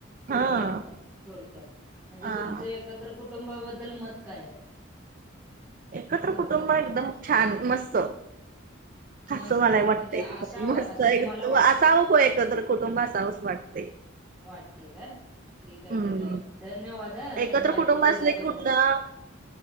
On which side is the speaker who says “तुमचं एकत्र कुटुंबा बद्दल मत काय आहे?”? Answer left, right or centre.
Centre